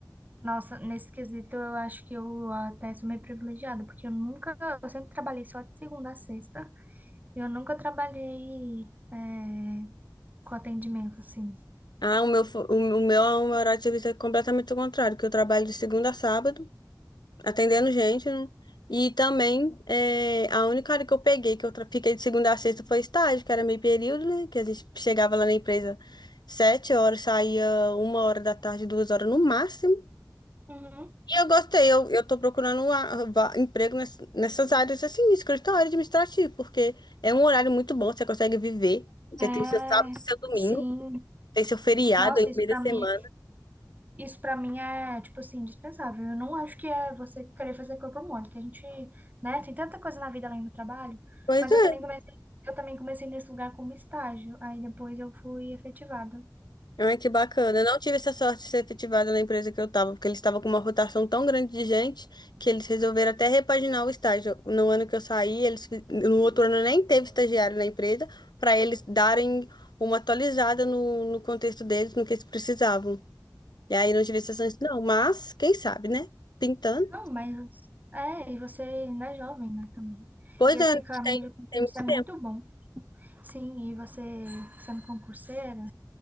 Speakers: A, on the right; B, on the left.
A: Nossa, nesse quesito eu acho que eu até sou meio privilegiada, porque eu nunca, eu sempre trabalhei só de segunda a sexta, e eu nunca trabalhei é, com atendimento, assim.
B: Ah, o meu, fo- o meu, o meu horário de serviço é completamente o contrário, que eu trabalho de segunda a sábado, atendendo gente, né? E também, é, a única hora que eu peguei, que eu tra- fiquei de segunda a sexta, foi estágio, que era meio período, né? Que a gente chegava lá na empresa sete horas, saía uma hora da tarde, duas horas no máximo.
A: Uhum.
B: E eu gostei, eu, eu tô procurando um a- va- emprego ness- nessas áreas, assim, escritório administrativo, porque é um horário muito bom, você consegue viver, você
A: É,
B: tem seu sábado, seu domingo,
A: sim,
B: tem seu feriado
A: nossa,
B: aí no
A: isso
B: meio
A: pra
B: da semana.
A: mim, isso para mim é, tipo assim, indispensável. Eu não acho que é você querer fazer corpo mole, que a gente, né, tem tanta coisa na vida além do trabalho,
B: Pois
A: mas
B: é.
A: eu também comecei, eu também comecei nesse lugar como estágio, aí depois eu fui efetivada.
B: Ai, que bacana. Eu não tive essa sorte de ser efetivada na empresa que eu estava, porque eles estavam com uma rotação tão grande de gente que eles resolveram até repaginar o estágio. No ano que eu saí, eles fi- no outro ano nem teve estagiário na empresa para eles darem uma atualizada no, no contexto deles, no que eles precisavam. E aí não tive essa chance, não, mas quem sabe, né? Pintando.
A: Não, mas é, e você ainda é jovem, né, também.
B: Pois
A: E esse
B: é,
A: caminho
B: tem,
A: de concurso
B: tem muito
A: é muito
B: tempo.
A: bom. Sim, e você sendo concurseira,